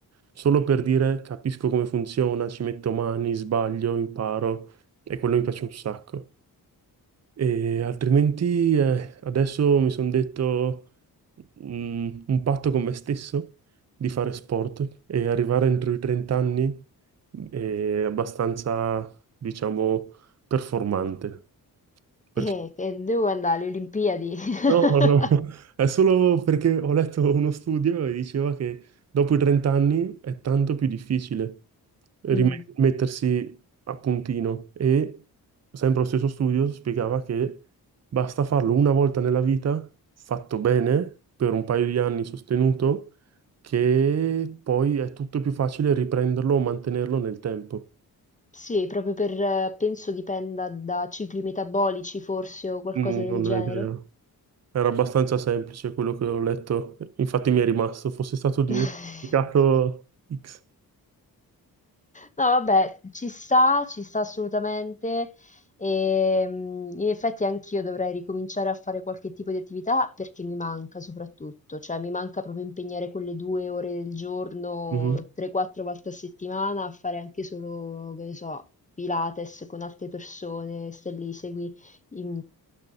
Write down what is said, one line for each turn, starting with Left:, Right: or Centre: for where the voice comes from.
Right: Solo per dire capisco come funziona, ci metto mani, sbaglio, imparo e quello mi piace un sacco. E altrimenti eh, adesso mi sono detto mm, un patto con me stesso di fare sport e arrivare entro i 30 anni è abbastanza, diciamo, performante. Perché?
Left: Eh, che devo andare alle Olimpiadi. <laughs>
Right: No, no, no. è solo perché ho letto uno studio e diceva che dopo i 30 anni è tanto più difficile rimettersi
Left: Mm.
Right: a puntino e sempre lo stesso studio spiegava che basta farlo una volta nella vita, fatto bene, per un paio di anni sostenuto, che poi è tutto più facile riprenderlo o mantenerlo nel tempo.
Left: Sì, proprio per, eh, penso dipenda da cicli metabolici forse o qualcosa
Right: Mm,
Left: del
Right: Non
Left: genere.
Right: ho idea. Era abbastanza semplice quello che ho letto, infatti mi è rimasto, fosse stato di-
Left: <laughs>
Right: indicato X.
Left: No, vabbè, ci sta, ci sta assolutamente. E, mm, in effetti anch'io dovrei ricominciare a fare qualche tipo di attività perché mi manca soprattutto, cioè mi manca proprio impegnare quelle due ore del giorno,
Right: Mhm.
Left: 3-4 volte a settimana a fare anche solo, che ne so, Pilates con altre persone, stai lì, segui i